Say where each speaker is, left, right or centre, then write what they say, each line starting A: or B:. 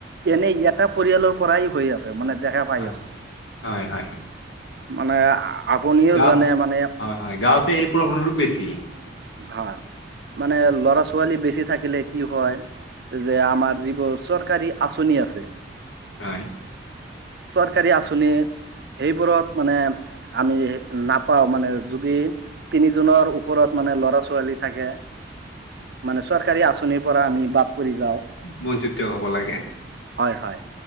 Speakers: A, on the right (about 55°); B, on the left (about 85°).
A: এনেই এটা পৰিয়ালৰ পৰাই হৈ আছে। মানে, দেখা পাই
B: হয়
A: আছো।
B: হ'য়, হ'য়
A: মানে আপুনিও
B: গাঁ-
A: জানে মানে
B: হ'য় হ'য় গাঁৱতে এই প্ৰব্লেমটো বে ছি।
A: হ'য়, মানে ল'ৰা -ছোৱালী বেছ্‌ ছি থাকিলে কি হ'য় যে আমাৰ যিবোৰ চৰকাৰী আঁচনি আছে
B: হ'য়
A: চৰকাৰী আচঁনিৰ সেইবোৰত মানে, আমি নাপাওঁ মানে, যদি তিনিজনৰ ওপৰত মানে ল'ৰা- ছোৱালী থাকে। মানে, চৰকাৰী আঁচনিৰ পৰা আমি বাদ পৰি যাওঁ।
B: বঞ্চিত হ'ব লাগে
A: হ'য়, হ'য়।